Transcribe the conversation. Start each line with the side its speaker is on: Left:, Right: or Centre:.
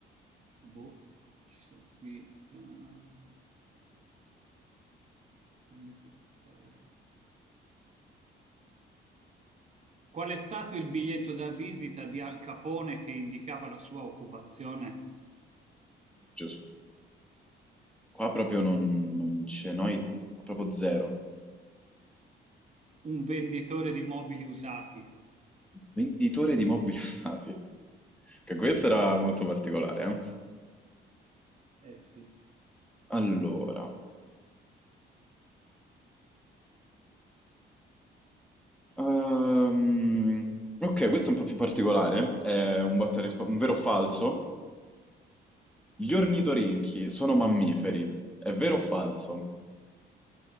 Right: Boh, che ci sono qui. Ah, fammi pensare. Qual è stato il biglietto da visita di Al Capone che indicava la sua occupazione?
Centre: Gesù. Qua proprio non, non c'è noi, proprio zero.
Right: Un venditore di mobili usati.
Centre: Venditore di mobili <laughs> usati. Che questo era molto particolare, eh.
Right: Eh sì,
Centre: Allora, ehm, ok, questo è un po' più particolare. È un botta e risposta, un vero o falso. Gli ornitorinchi sono mammiferi, è vero o falso?